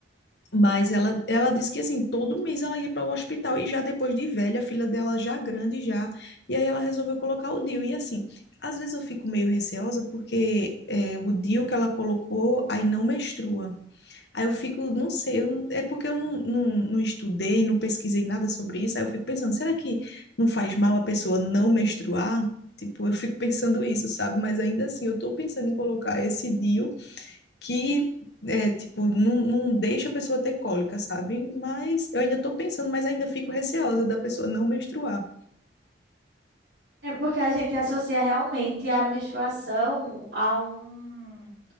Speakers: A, on the left (about 65°); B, on the right (about 70°).
A: Mas ela, ela disse que assim, todo mês ela ia para o hospital e já depois de velha, a filha dela já grande já, e aí ela resolveu colocar o DIU. E assim, às vezes eu fico meio receosa porque é, o DIU que ela colocou aí não menstrua. Aí eu fico, não sei, eu- é porque eu não, não, não estudei, não pesquisei nada sobre isso, aí eu fico pensando, será que não faz mal a pessoa não menstruar? Tipo, eu fico <laughs> pensando isso, sabe? Mas ainda assim, eu tô pensando em colocar esse DIU que é, tipo, não, não deixa a pessoa ter cólica, sabe? Mas eu ainda tô pensando, mas ainda fico receosa da pessoa não menstruar.
B: É porque a gente associa realmente a menstruação a um,